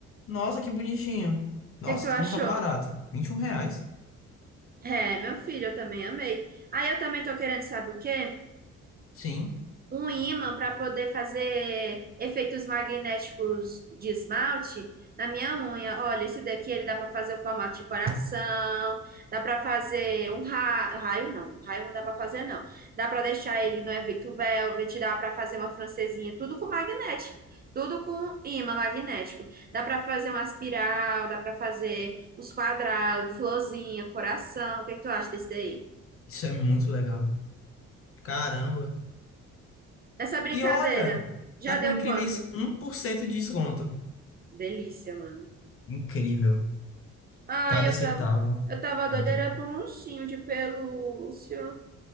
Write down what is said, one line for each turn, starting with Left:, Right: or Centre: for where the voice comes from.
Left: Nossa, que bonitinho. Nossa,
Right: que que tu achou?
Left: como tá barato. Vinte e um reais.
Right: É, meu filho, eu também amei. Aí eu também tô querendo, sabe o quê?
Left: Sim,
Right: um ímã para poder fazer efeitos magnéticos de esmalte na minha unha. Olha, esse daqui ele dá para fazer o formato de coração, dá para fazer um ra... raio, não, um raio não dá para fazer não. Dá para deixar ele no efeito velvet, dá para fazer uma francesinha, tudo com magnético, tudo com ímã magnético. Dá para fazer uma espiral, dá para fazer uns quadrados, florzinha, coração. O que que tu acha desse daí?
Left: isso é muito legal. Caramba.
Right: Essa brincadeira
Left: E olha,
Right: já
Left: tá
Right: deu
Left: com incríveis
Right: quanto?
Left: um por cento de desconto.
Right: Delícia, mano.
Left: Incrível.
Right: Ah,
Left: Cada
Right: eu
Left: centavo
Right: tava, eu tava
Left: conta.
Right: doida, era por um ursinho de pelúcia.